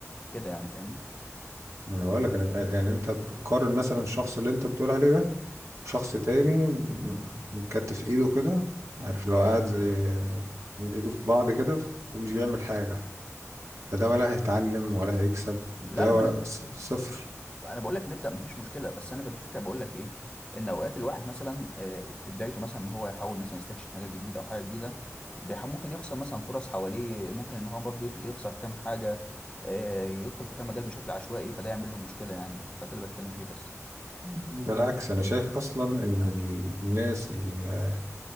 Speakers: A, on the left (about 15°); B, on the right (about 60°).
A: كده يعني فاهمني
B: يعني أنا بقول لك أنا يعني أنت بتقارن مثلا الشخص اللي أنت بتقول عليه ده شخص تاني مكتف ايده كده عارف لو قاعد زي ايده في بعض كده ومش بيعمل حاجة فده ولا هيتعلم ولا هيكسب ده
A: لا لا ما انا
B: س- صفر
A: انا بقول لك نبدا مفيش مشكله بس انا الفكره بقول لك ايه ان اوقات الواحد مثلا آه، في بدايته مثلا ان هو يحاول مثلا يستكشف مجال جديد او حاجه جديده بيح- ممكن يخسر مثلا فرص حواليه ممكن ان هو برضه يط- يخسر كام حاجه آه، يدخل في كام مجال بشكل عشوائي فده يعمل له مشكله يعني فده اللي بتكلم فيه بس
B: بالعكس أنا شايف أصلا إن ال- الناس اللي